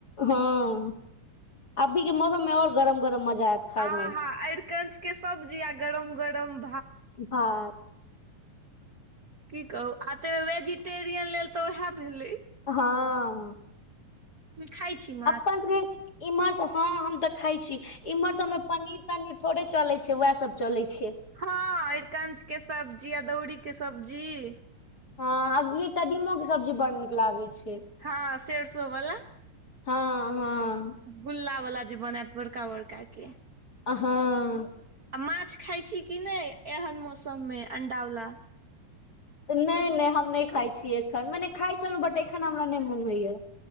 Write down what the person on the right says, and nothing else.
आहा अरिकंच के सब्जी आ गरम गरम
कि कहु आ तऽ वेजिटेरियन लेल तऽ उएह भेलैई।
से खइ छी म।
हँ अरिकंच के सब्जी अ दौरीी के सब्जी।
हँ सेेरसो बला।
गुल्ला बला जे बनायत बड़का बड़का के।
आ माछ खााय छी कि नेई एहन मौसम मे अंडावलाा।